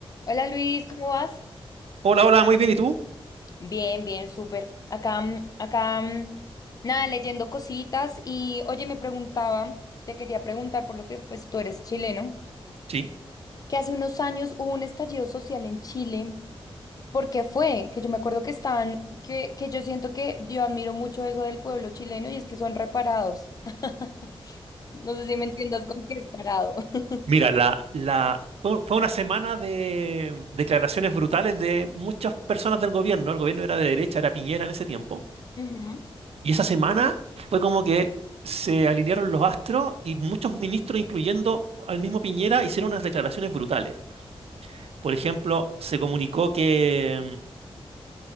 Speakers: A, on the left; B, on the right.
A: Hola Luis, ¿cómo vas?
B: Hola, hola, muy bien. ¿Y tú?
A: Bien, bien, súper. Acá, mm, acá, mm, nada, leyendo cositas y oye, me preguntaba, te quería preguntar por lo que pues tú eres chileno,
B: Sí.
A: que hace unos años hubo un estallido social en Chile. ¿Por qué fue? Que yo me acuerdo que estaban, que, que yo siento que yo admiro mucho eso del pueblo chileno y es que son reparados. <laughs> No sé si me entiendas con qué es parado. <laughs>
B: Mira, la, la, fue fue una semana de declaraciones brutales de muchas personas del gobierno. El gobierno era de derecha, era Piñera en ese tiempo.
A: Ujú.
B: Y esa semana fue como que se alinearon los astros y muchos ministros, incluyendo al mismo Piñera, hicieron unas declaraciones brutales. Por ejemplo, se comunicó que